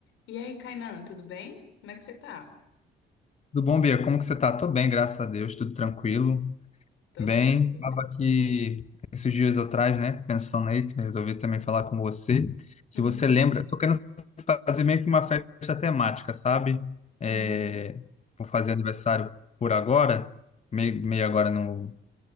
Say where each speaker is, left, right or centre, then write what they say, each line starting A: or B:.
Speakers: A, on the left; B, on the left.
A: E aí, Kainan, tudo bem? Como é que você tá?
B: Tudo bom, Bia? Como que você tá? Tô bem, graças a Deus, tudo tranquilo.
A: Tô
B: Bem,
A: bem, tô
B: tava
A: bem.
B: aqui esses dias atrás, né, pensando aí, resolvi também falar com você. Se
A: Uhum,
B: você lembra, eu tô querendo fazer meio que uma festa temática, sabe? É,
A: uhum,
B: vou fazer aniversário por agora, meio, meio agora no...